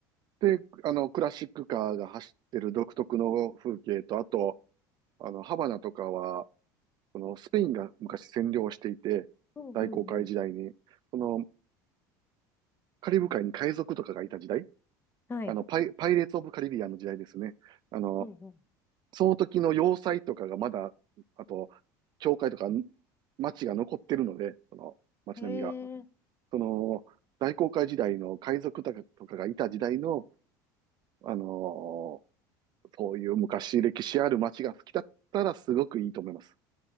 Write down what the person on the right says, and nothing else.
で、あの、クラシックカーが走ってる独特の風景と、あと、あの、ハバナとかは、このスペインが昔占領していて、
大航海時代に、その、カリブ海に海賊とかがいた時代、
あの、パイ、パイレーツ・オブ・カリビアンの時代ですね。あの、
その時の要塞とかがまだ、あと、教会とか町が残ってるので、その町並みが。
その、大航海時代の海賊とかとかがいた時代の、あのーそういう昔歴史ある町が好きだったらすごくいいと思います。